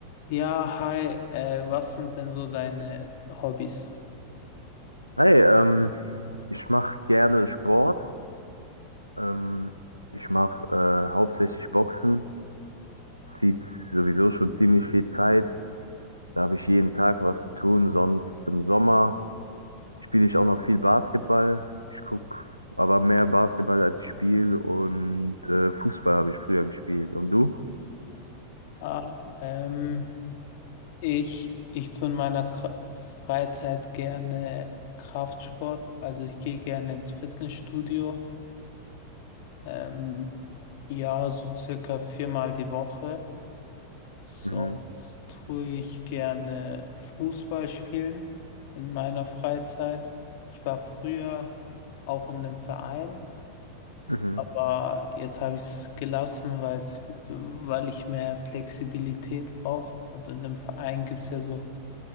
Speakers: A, on the left; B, on the right.
A: Ja, hi, äh, was sind denn so deine Hobbys?
B: Hey, ähm, ich mache gerne Sport. Ähm, ich mache äh, hauptsächlich Boxen. Zieht sowieso schon ziemlich viel Zeit. Da habe ich jeden Tag was zu tun. Sonst im Sommer spiele ich auch noch viel Basketball. Ich gucke aber mehr Basketball, als ich spiele. Und äh, Fußball habe ich früher gespielt. Und du?
A: Ah, ähm, ich, ich tue in meiner Kra Freizeit gerne Kraftsport, also ich gehe gerne ins Fitnessstudio, ähm, ja, so circa viermal die Woche. Sonst
B: Mhm.
A: tue ich gerne Fußball spielen in meiner Freizeit. Ich war früher auch in einem Verein.
B: Mhm.
A: Aber jetzt habe ich es gelassen, weil's, weil ich mehr Flexibilität brauche. Und in dem Verein gibt es ja so